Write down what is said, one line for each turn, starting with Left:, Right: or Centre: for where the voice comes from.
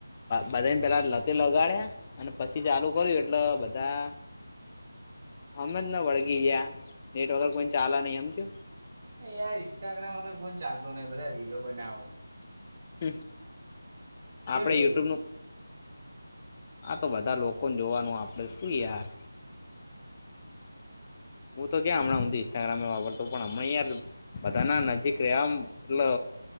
Left: બધાને પેલા લતે લગાડ્યા અને પછી ચાલુ કર્યું એટલેધા તા અમેજ ન વળગીગ્યા નેટ વગર કોઈ ને ચાલે નહી એમ કેમ.
Right: એ યાર ઇન્સ્ટાગ્રામ વગર કોઇને ચાલતો નઈ બધા રીલો બનાવે.
Left: હ
Right: કેમ
Left: આપણે
Right: એવું
Left: યુટ્યુબનું આ તો બધા લોકોને જોવાનું આપણે શું યાર હું તો્યાં હમણાં હ ઇન્સ્ટાગ્રામમે વાપરતો પણ હમણાં યાર બધા ના નજીક રમ એટલે